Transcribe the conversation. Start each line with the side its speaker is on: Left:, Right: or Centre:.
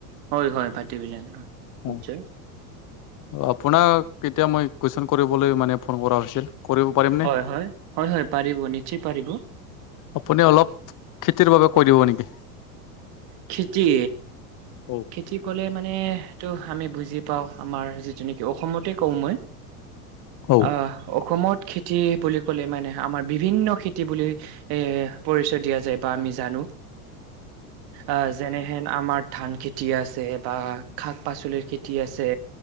Right: হয় হয়, <unintelligible> নিশ্চয়।
Left: অ আপোনাক এতিয়া মই কোৱেশ্যন কৰিবলৈ মানে ফোন কৰা হৈছিল, কৰিব পাৰিমনে
Right: হয় হয়, হয় হয় পাৰিব, নিশ্চয় পাৰিব।
Left: আপুনি অলপ খেতিৰ বাবে কৈ দিব নেকি?
Right: খেতি
Left: অ'।
Right: খেতি ক'লে মানেটো আমি বুজি পাওঁ, আমাৰ যিটো নেকি অসমতেই কওঁ মই।
Left: অ
Right: আহ, অসমত খেতি বুলি ক'লে মানে, আমাৰ বিভিন্ন খেতি বুলি এ পৰিচয় দিয়া যায় বা আমি জানো। অ', যেনেহেন আমাৰ ধান খে তি আছে বা শাক পাচলিৰ খেতি আছে।